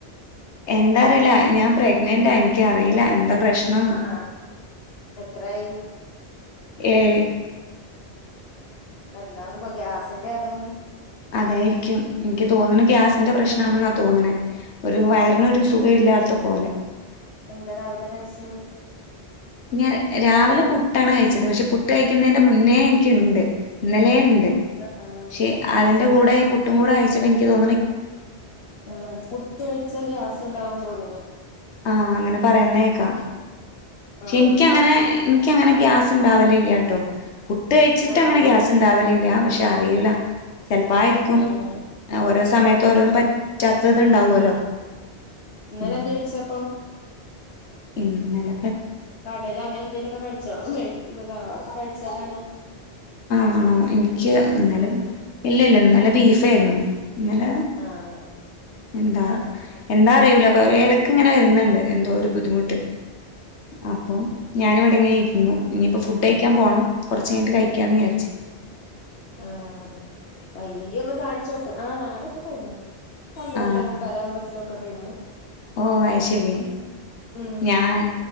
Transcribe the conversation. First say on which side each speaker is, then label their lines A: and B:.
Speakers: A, on the left (about 80°); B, on the left (about 65°).
A: എന്താ അറിയില്ല ഞാൻ പ്രഗ്നന്റ്ാ എനിക്കറിയില്ല എന്താ പ്രശ്നംന്ന്
B: അ അ എത്രയായി
A: ഏഴ്
B: എന്താവും പോ ഗ്യാസിന്റെ അപ്പഞ്ഞ്
A: അതായിരിക്കും എനിക്ക് തോന്നണ ഗ്യാസിന്റെ പ്രശ്നണെന്നാ തോന്നണെ ഒരു വയറിനൊരു
B: ആഹ്
A: സുഖ ഇല്ലാത്ത പോലെ
B: എന്താ രാവിലെ കഴിച്ച്
A: ഞാൻ രാവിലെ പുട്ടാണ് കഴിച്ചത്. പക്ഷെ പുട്ട് കഴിക്കുന്നതിന്റെ മുന്നേ എനിക്കുണ്ട് ഇന്നലെ ഉ
B: ആഹ് ആഹ്
A: പ അതിന്റെ കൂടെ ഇ പുട്ടും കൂടെ കഴിച്ചപ്പോ എനിക്ക് തോ
B: ആ പുട്ട് കഴിച്ച ഗ്യാസ് ഉണ്ടാവുന്ന് തോന്നണു.
A: ആഹ് അങ്ങനെ പറയുന്നേക്കാ ക്ഷെ
B: ആഹ്
A: എനിക്കങ്ങനെ അങ്ങനെ ഗ്യാസ് ഇണ്ടാവലില്ല കേട്ടോ പുട്ട് കഴിച്ചിട്ടങ്ങനെ
B: ആഹ്
A: ഗ്യാസ്ണ്ടാവലില്ല പ പക്ഷെ അറിയില്ല ചിലപ്പോ ആയിരിക്കും.
B: ആഹ്
A: ഓരോ സമയത്ത് ഓരോന്ന് പ റ്റത്തത്
B: ഉം
A: ഉണ്ടാവുല്ലോ
B: ഇന്നലെ
A: ഉം
B: എന്ത് കഴിച്ചപ്പോ
A: ഇന്നല
B: കടല അങ്ങനെ എന്തേലുംക്കെ കഴിച്ചോ? മേഴക്കള്ളതാ അതൊക്കെ കഴിച്ചാലാണ്
A: ആണോ എനിക്ക്
B: ഗ്യാസ്
A: ഇന്നല
B: വരിക
A: ഇല്ല ഇല്ല ഇന്നല ബീഫയിരുന്നു ഇന്നല
B: ആഹ്
A: എന്താ എന്താ അറിയൂല ഇടക്ക് ഇങ്ങനെ വരുന്നുണ്ട്. എന്തോ ഒരു ബുദ്ധിമുട്ട്. അപ്പൊ ഞാനിവി ങ്ങനെ ഇരുന്നു ഇനിയിപ്പൊ ഫുഡ് കഴിക്കാൻ പോണം. കുറച്ചഴിഞ്ഞിട്ട് കഴിക്കാന്ന് വിചാരിച്ചു.
B: ആഹ് വയ്യെങ്കി ഒന്ന് കാണിച്ചോക്ക്. ആ ഞങ്ങടെക്കെ പോന്നു. പന്ത്രണ്ടേ
A: ആ
B: മുക്കാല ആകുമ്പത്തിനുക്കെ കഴിഞ്ഞ്.
A: ഓ അയ് ശരി
B: ഉം
A: ഞാൻ